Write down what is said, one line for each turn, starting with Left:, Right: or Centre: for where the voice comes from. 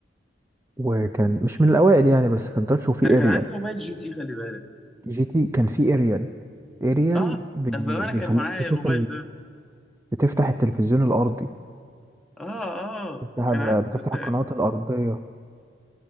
Right: وكان مش من الاوائل يعني بس كان تاتش وفيه
Centre: أنا كان
Right: اريال
Centre: عندي موبايل جي تي خلي بالك
Right: جي تي كان فيه اريال اريال
Centre: اه
Right: بي-
Centre: طب بما أنا
Right: بيخليك
Centre: كان معايا
Right: تشوف
Centre: الموبايل ده
Right: بتفتح التلفزيون الأرضي
Centre: اه اه
Right: بتفتح ال-
Centre: كان عندي
Right: بتفتح
Centre: صدقني
Right: القنوات الأرضية